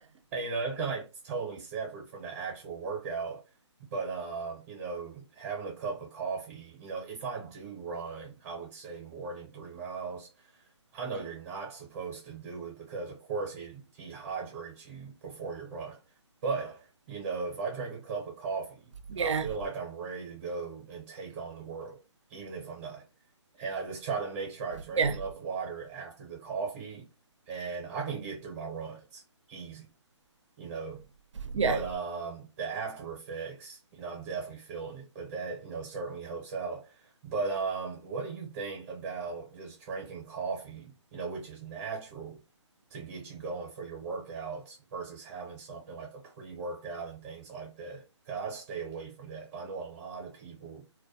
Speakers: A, on the right; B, on the right.
A: And, you know, that's kind of like totally separate from the actual workout. But um, you know, having a cup of coffee, you know, if I do run, I would say more than three miles. I know you're not supposed to do it because, of course, it dehydrates you before you run. But, you know, if I drink a cup of coffee,
B: Yeah,
A: I feel like I'm ready to go and take on the world, even if I'm not. And I just try to make sure I drink
B: yeah,
A: enough water after the coffee and I can get through my runs easy you know.
B: yeah,
A: But um, the after effects, you know, I'm definitely feeling it. But that, you know, certainly helps out. But um, what do you think about just drinking coffee, you know, which is natural to get you going for your workouts versus having something like a pre-workout and things like that? 'Cause I stay away from that. But I know a lot of people